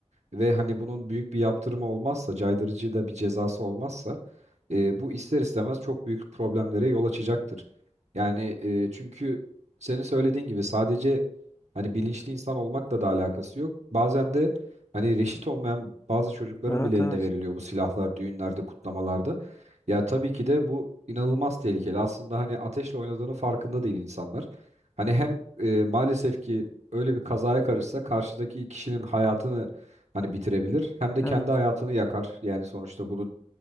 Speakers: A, on the right (about 80°); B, on the left (about 25°).
A: ve hani bunun büyük bir yaptırımı olmazsa, caydırıcı da bir cezası olmazsa E, bu ister istemez çok büyük problemlere yol açacaktır. Yani e, çünkü senin söylediğin gibi sadece hani bilinçli insan olmakla da alakası yok. Bazen de hani reşit olmayan bazı çocukların
B: Evet
A: bile eline
B: evet.
A: veriliyor bu silahlar düğünlerde, kutlamalarda. Ya tabii ki de bu inanılmaz tehlikeli. Aslında hani ateşle oynadığının farkında değil insanlar. Hani hem e, maalesef ki öyle bir kazaya karışsa karşıdaki kişinin hayatını hani bitirebilir hem de kendi
B: Evet.
A: hayatını yakar. Yani sonuçta bunu